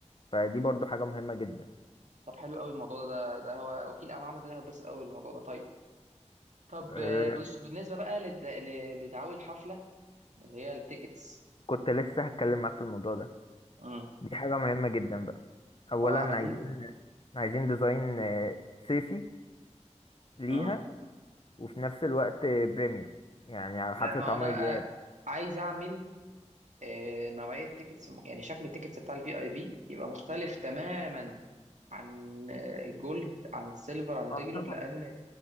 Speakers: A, on the left; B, on the right.
A: فدي برضو حاجة مهمة جدا
B: طب حلو قوي الموضوع ده ده ده هو وكيل اعمال عمل ده هيتبسط قوي الموضوع ده طيب طب
A: آه،
B: آه، بص بالنسبة بقى لد... ل- لدعاوي الحفلة اللي هي التيكتس
A: كنت لسه هتكلم معاك في الموضوع ده
B: امم
A: دي حاجة مهمة جدا بقى اولا
B: اه عايزين
A: عايزين عايزين ديزاين آه، صيفي ليها
B: امم
A: وفي نفس الوقت آه، بريميوم يعني على
B: لا
A: حفلة
B: ما هو
A: عمرو
B: انا بقى
A: دياب
B: عايز اعمل آه، نوعية تيكتس يعني شكل التيكتس بتاع الفي اي بي يبقى مختلف تماما عن آه، جولد عن سيلفر عن
A: اه
B: ريجولر
A: طبعا
B: لان